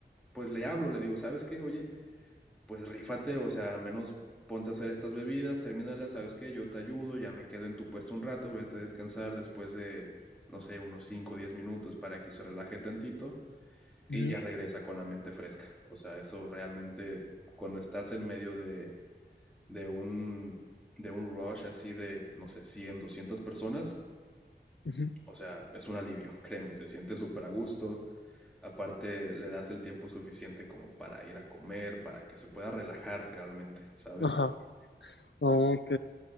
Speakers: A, in the centre; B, on the left.
A: pues le hablo, le digo, ¿sabes qué? Oye, pues rífate, o sea, al menos ponte a hacer estas bebidas, termínalas, ¿sabes qué? Yo te ayudo, ya me quedo en tu puesto un rato, vete a descansar después de, no sé, unos cinco o 10 minutos para que se relaje tantito y
B: ujú,
A: ya regresa con la mente fresca. O sea, eso realmente cuando estás en medio de, de un, de un rush así de, no sé, 100 200 personas,
B: ujú.
A: o sea, es un alivio, <laughs> créeme, se siente súper a gusto. Aparte, le das el tiempo suficiente como para ir a comer, para que se pueda relajar realmente, ¿sabes?
B: Ajá. Ok.